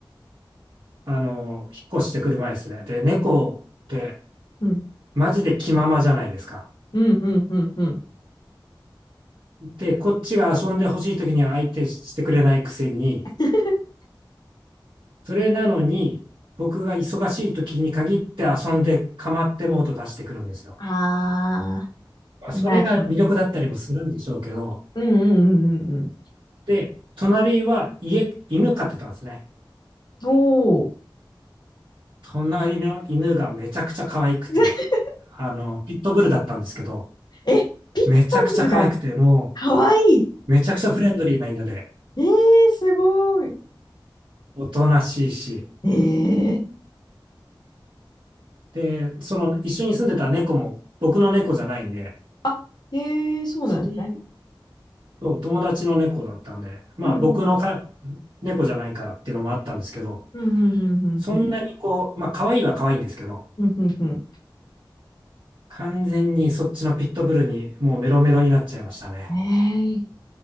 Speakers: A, on the right; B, on the left.
A: あの、引っ越してくる前ですね。で、猫って
B: うん。
A: マジで気ままじゃないですか。
B: うん、うん、うん、うん。
A: で、こっちが遊んでほしい時には相手してくれないくせに、
B: <laughs>
A: それなのに、僕が忙しい時に限って遊んで構ってモード出してくるんですよ。
B: あ
A: まあそれが魅力だったりもするんでしょうけど、
B: ー、なるほど。うん、うん、うん、うん。うん
A: で、隣は家、犬飼ってたんですね。
B: おー。
A: 隣の犬がめちゃくちゃ可愛くて、
B: <laughs>
A: あの、ピットブルだったんですけど、
B: え、ピッチパンルが、
A: めちゃくちゃ可愛くて、も
B: かわい
A: う、めちゃくちゃフレンドリーな犬で、
B: い。えー、すごい。
A: おとなしいし、
B: えー
A: で、その一緒に住んでた猫も僕の猫じゃないんで、
B: あ、へえ、そうなんですね。
A: そんそう、友達の猫だったんで、まあ僕のか
B: うん、うん、
A: 猫じゃないからっていうのもあったんですけど、
B: うん、うん、うん、
A: そんなにこう、
B: うん、
A: まあ可愛いは可愛いんですけど、
B: うん、うんうんう
A: 完全にそっちのピットブルにもうメロメロになっちゃいましたね。
B: ん。へえ、